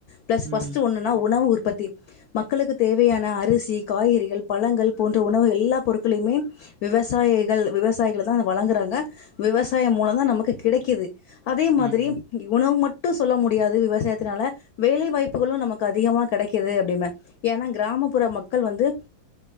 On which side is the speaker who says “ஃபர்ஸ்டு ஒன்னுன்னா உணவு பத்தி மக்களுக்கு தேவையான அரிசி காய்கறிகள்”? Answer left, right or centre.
Left